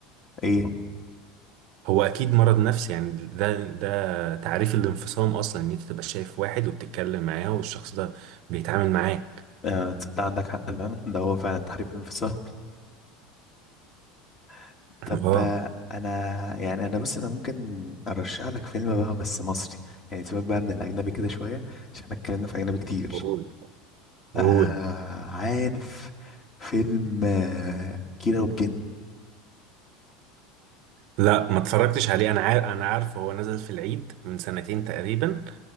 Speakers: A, on the left (about 25°); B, on the right (about 55°).
A: ايه
B: هو اكيد مرض نفسي يعني ده ده تعريف الانفصام اصلا ان انت تبقى شايف واحد وبتتكلم معاه والشخص ده بيتعامل معاك
A: آه تصدق عندك حق فعلا ده هو فعلا تحريف انفصام <laughs>
B: <laughs>
A: طب
B: اه
A: آه، انا يعني انا بص انا ممكن ارشح لك فيلم بقى بس مصري يعني سيبك بقى من الاجنبي كده شويه عشان احنا اتكلمنا في اجنبي كتير
B: قول قول
A: آه عارف فيلم آه كيرة والجن
B: لا ما اتفرجتش عليه انا عارف انا عارف هو نزل في العيد من سنتين تقريبا